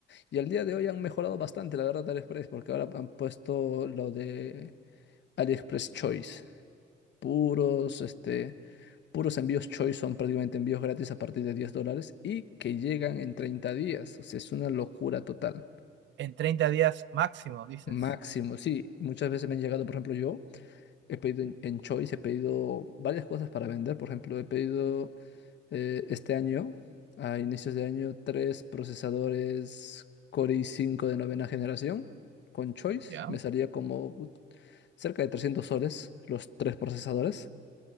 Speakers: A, on the left; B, on the right.
A: Y al día de hoy han mejorado bastante, la verdad, AliExpress, porque ahora han puesto lo de AliExpress Choice puros, este, puros envíos Choice son prácticamente envíos gratis a partir de 10 dólares y que llegan en 30 días. O sea, es una locura total.
B: En treinta días máximo, dices.
A: Máximo, sí. Muchas veces me han llegado, por ejemplo, yo he pedido en, en Choice, he pedido varias cosas para vender. Por ejemplo, he pedido eh, este año, a inicios de año, tres procesadores Core i cinco de novena generación con Choice.
B: Ya,
A: Me salía como ut- cerca de 300 soles los tres procesadores.